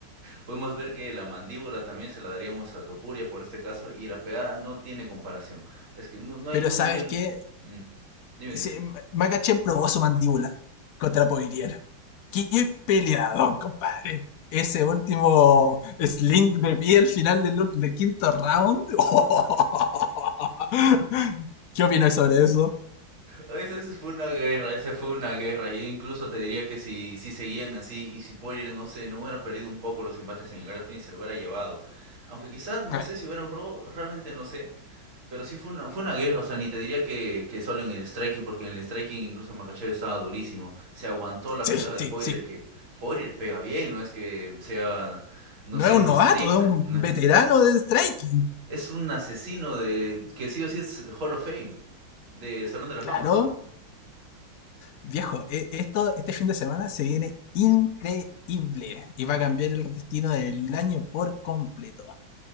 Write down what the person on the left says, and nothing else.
Pero
¿sabes
qué?
Sí,
Ma- Makachev probó su mandíbula contra Poirier. ¡Qué peleadón, compadre! Ese último sling de pie al final del, ul- del quinto round. <laughs> ¿Qué opinas sobre eso?
A ver,
sí,
sí,
sí.
No
es un
novato,
es un
veterano de striking.
Claro,
Viejo, e- esto, este fin de semana se viene increíble y va a cambiar el destino del año por completo.